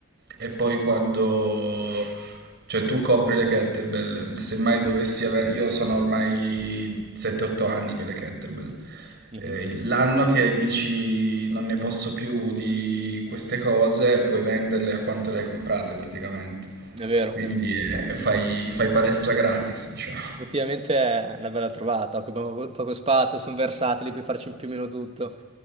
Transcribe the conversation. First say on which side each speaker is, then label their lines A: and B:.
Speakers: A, on the right; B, on the right.
A: E poi quando... Cioè tu compri le kettlebell, se mai dovessi avere... Io sono ormai 7-8 anni che ho le kettlebell.
B: Mhm.
A: Eh, L'anno che dici non ne posso più di queste cose, puoi venderle a quanto le hai comprate praticamente.
B: È vero,
A: Quindi
B: è vero.
A: eh, fai, fai palestra gratis, diciamo.
B: Effettivamente è una bella trovata, occupano po- poco spazio, sono versatili, puoi farci più o meno tutto.